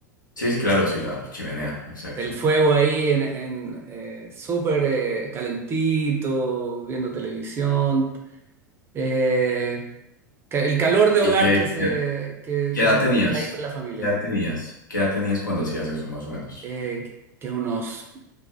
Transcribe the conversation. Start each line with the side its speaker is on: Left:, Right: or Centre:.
Left: sí, sí, claro, sí, la chimenea, exacto.
Right: El fuego ahí en, en, eh, súper eh, calentito, viendo televisión. eh, ca- el calor de hogar
Left: ¿Y qué,
Right: que se,
Left: qué,
Right: que,
Left: qué
Right: que
Left: edad
Right: se
Left: tenías?
Right: sentía ahí con la familia.
Left: ¿Qué edad tenías? ¿Qué edad tenías cuando hacías eso, más o menos?
Right: Eh, que unos